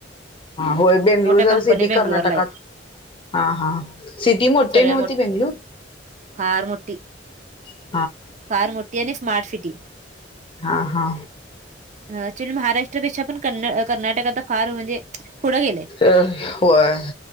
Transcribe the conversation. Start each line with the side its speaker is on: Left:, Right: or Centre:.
Left: होय. बेंगलुर जरा
Right: कंपन्या
Left: सिधी
Right: बेंगलोरला
Left: कर्नाटकात.
Right: आहेत
Left: हा. हा. सिटी मोठे
Right: सगळ्या
Left: ना
Right: मो
Left: हो ती बेंगलूर.
Right: फार मोट्ठी.
Left: ह
Right: फार मोठ्ठी आणि स्मार्ट सिटी.
Left: हा हा.
Right: ऍक्चुली महाराष्ट्रापेक्षा पण क कर्नाटक आता फार म्हणजे- पुढं गेलय.
Left: अ, होय